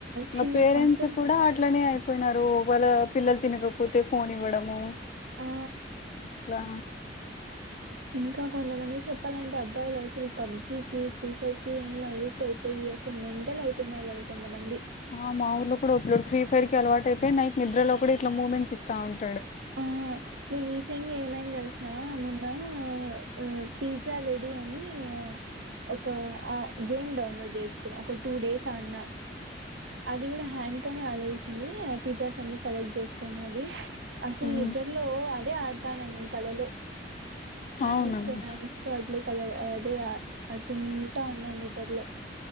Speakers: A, on the right (about 85°); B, on the left (about 40°).
A: చిన్న
B: నా పేరెంట్స్
A: అసలు
B: కూడా అట్లనే అయిపో పోయినారు ఒకవేళ పిల్లలు తినకపోతే ఫోన్ ఇవ్వడము
A: ఆ
B: అట్లా
A: ఇంకా కొంతమంది చెప్పాలంటే అబ్బాయిలు అసలు పబ్జి కి ఫ్రీ ఫైర్ కి ఏం అడిక్ట్ అయిపోయి అసలు మెంటల్ అయిపోయినారు వాళ్ళు కొంతమంది
B: ఆ మా ఊర్లో కూడా ఒకడు ఫ్రీ ఫైర్ కి అలవాటు అయిపోయి నైట్ నిద్రలో కూడా ఇట్లా మూమెంట్స్ ఇస్తా ఉంట్
A: ఆ నేను రీసెంట్ గా ఏమైంది తెలిసునా మొన్నా ఆ ఆ ఈ సార్ రేట్ డిని ఆ ఒక ఆ గేమ్ డౌన్లోడ్ చేసుకున్న ఒక టూ డేస్ ఆడిన అది కూడా హ్యాండ్ తోనే ఆడిన్ తెలిసింది పిజ్జాస్ అన్ని కలెక్ట్ చేసుకొని అది అసలు
B: ఉమ్
A: నిద్దర్ లో ఐ అదే ఆడతా నేను కలలో హ్యాండ్స్
B: అవునండి
A: హ్యాండ్స్తో అట్లే కలల అది ఆడుకుంటా ఉన్నాను నిద్దర్లో